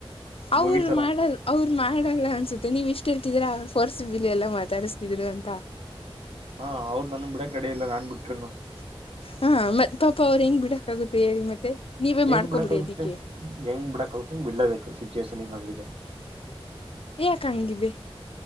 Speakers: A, on the left; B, on the right.
A: ಅವರು
B: ಮುಗೀತಲ್ಲ
A: ಮಾಡಲ್ <unintelligible> ಅವರ ಮಾಡಲ್ಲ ಅನ್ಸುತ್ತೆ ನೀವ ಇಷ್ಟ್ ಹೇಳ್ತಿದ್ರಾ ಅವ್ರ ಪಫರ್ಸ್ ಬಿಲೀ ಎಲ್ಲಾ ಮಾತಾಡಸ್ತಿದ್ರು ಅಂತ. <unintelligible>
B: ಹಾ ಅವರು ನನ್ನನ ಬಿಡಕ್ ರೆಡಿ ಇಲ್ಲ ನಾನ್ ಬಿಟ್ಟಿರೋದು. <unintelligible>
A: ಹಾ ಮತ್ತ ಪಾಪ ಅವ್ರು ಹೆಂಗ್ ಬಿಡಕ್ ಆಗುತ್ತೆ ಹೇಳಿ ಮತ್ತೆ ನೀವೇ
B: ಹೆಂಗ್
A: ಮಾಡ್ಕೊಬಿಡಿ
B: ಬಿಡಕ್ಕಾಗುತ್ತೆ
A: ಅದಿಕ್ಕೆ. <unintelligible>
B: ಹೆಂಗ್ ಬಿಡಕ್ಕಗುತ್ತ ಬಿಡ್ಲೇಬೇಕು ಸಿಚ್ಯಯೇಷನಿಗ ಹಂಗಿದೆ
A: ಯಾಕಂಗಿದೆ